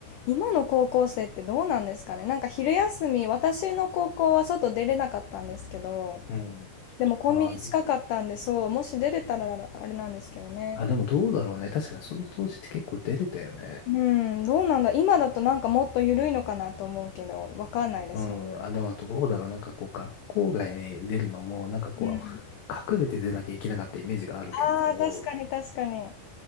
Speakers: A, on the left; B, on the left.
A: 今の高校生ってどうなんですかね。なんか昼休み、私の高校は外出れなかったんですけど、
B: うん。
A: でもコンビニ近かったんで、
B: あー、
A: そう、もし出れたらあれなんですけどね。
B: あ、でもどうだろうね。確かにその当時って結構出れたよね。
A: うん、うんどうなんだ。今だとなんかもっと緩いのかなと思うけど、わかんないですね。
B: うん。あ、でもどうだろう。なんかこう、学校外に出るのも、なんかこう、
A: うん。
B: 隠れて出なきゃいけなかったイメージがあるけど、
A: ああ、確かに確かに。